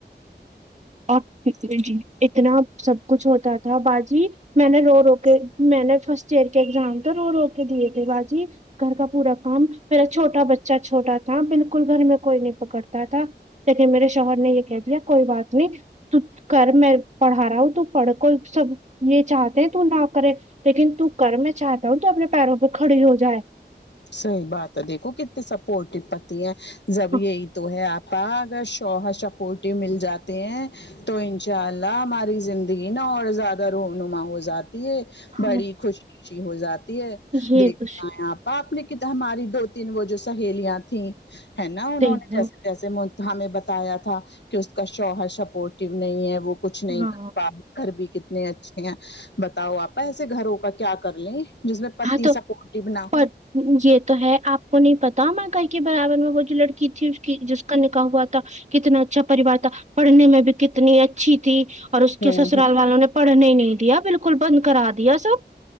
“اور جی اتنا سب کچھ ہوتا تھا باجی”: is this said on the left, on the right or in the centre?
Right